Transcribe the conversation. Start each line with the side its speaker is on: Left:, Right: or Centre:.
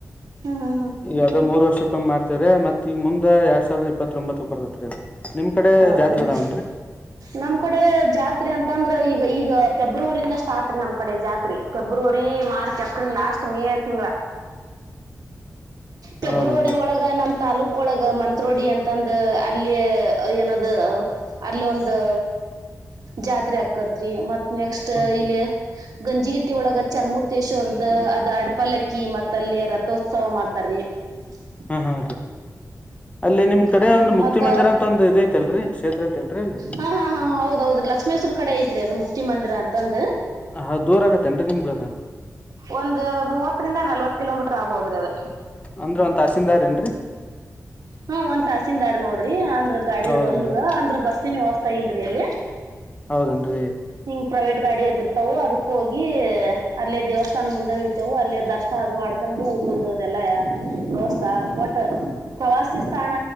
Right: ಹ್ಮ್ ಹ್ಮ್ ಹ್ಮ್
Left: ಈಗ ಅದ ಮೂರ್ ವರ್ಷಕ್ಕ್ ಓಂ ಮಾಡ್ತಾರೆ ಮತ್ ಈಗ ಮುಂದ ಎರಡ್ ಸಾವಿರದ ಇಪ್ಪತ್ತೊಂಬತ್ತಕ್ ಬರ್ತತ್ರಿ ನಿಮ್ ಕಡೆ
Right: ಹೌದನ್ರಿ
Left: ಜಾತ್ರೆ ಅದಾವನ್ರಿ
Right: ನಮ್ ಕಡೆ ಜಾತ್ರೆ ಅಂತಂದ್ರ ಈಗ ಈಗ ಫೆಬ್ರವರಿಯಿಂದ ಸ್ಟಾರ್ಟ್ ರೀ ನಮ್ ಕಡೆ ಜಾತ್ರೆ February March April last May ತಿಂಗಳ ಫೆಬ್ರವರಿ
Left: ಹೌದನ್ರಿ
Right: ಒಳಗ ನಮ್ ತಾಲೂಕ್ ಒಳಗ ಮಂತ್ರೋಡಿ ಅಂತಂದ ಅಲ್ಲಿ ಏನಾದ ಅಲ್ಲಿ ಒಂದು ಜಾತ್ರೆ ಆಕತ್ರಿ ಮತ್ತ ನೆಕ್ಸ್ಟ್
Left: ಹ
Right: ಇಲ್ಲಿ ಗಂಜಿಗಿಟ್ಟಿ ಒಳಗ ಚರ್ಮೂರ್ತೇಶ್ವರದ ಅದ ಅಡ್ಪಲಕ್ಕಿ ಮತ್ತ ಅಲ್ಲಿ ರಥೋತ್ಸವ ಮಾಡ್ತಾರಿ ಹ <unintelligible>
Left: ಹಾ ಹಾ ಅದೇ ಅಲ್ಲಿ ನಿಮ್ ಕಡೆ
Right: ಹ
Left: ಒಂದು ಮುಕ್ತಿ
Right: ಮತ್ತ
Left: ಮಂದಿರ ಅಂತ ಅಂತ ಒಂದ್ ಇದ ಐತೆಲ್ರಿ ಕ್ಷೇತ್ರ ಐತ್ ಅಲ್ರಿ ಅಲ್ಲಿ
Right: ಹಾ ಹಾ ಹಾ ಹೌದೌದು ಲಕ್ಷ್ಮೇಶ್ವರ ಕಡೆ ಐತ್ರಿ ಅದು ಮುಕ್ತಿ ಮಂದಿರ ಅಂತ ಅಂದು
Left: ಹ ಹ ದೂರ ಆಗತ್ತ ಎನ್ರೀ ನಿಮಗೆ ಅದು
Right: ಒಂದ್ ಮೂವತ್ತರಿಂದ ನಲ್ವತ್ ಕಿಲೋಮೀಟರ್ ಆಬೋದ್ರಿ ಅದ
Left: ಅಂದ್ರ ಒಂದ್ ತಾಸೀನ್ದಾರ್ ಏನ್ರೀ
Right: ಹ್ಮ ಒಂದ್ ತಾಸೀನ್ದಾರ್ ನೋಡ್ರಿ ಅಂದ್ರ ಗಾಡಿ
Left: ಹೌದನ್ರಿ
Right: ಅದ ಹಿಂಗ ಅಂದ್ರ ಬಸ್ ಬಸ್ ಇನ್ ವ್ಯವಸ್ಥೆ ಇಲ್ರಿ ಅಲ್ಲಿ
Left: ಹೌದನ್ರೀ
Right: ಹಿಂಗ್ ಪ್ರೈವೇಟ್ ಗಾಡಿ ಎದಿರ್ತವು ಅದಕ್ ಹೋಗಿ ಅಲ್ಲೇ ದೇವಸ್ಥಾನ ಮುಂದಾಗ ಇತವು ಅಲ್ಲ ದರ್ಶನ ಅದ್ ಮಾಡ್ ಕೊಂಡು ಊಟದದೆಲ್ಲ ವ್ಯವಸ್ಥಾ ಒಟ್ಟ ಪ್ರವಾಸಿ ತಾಣ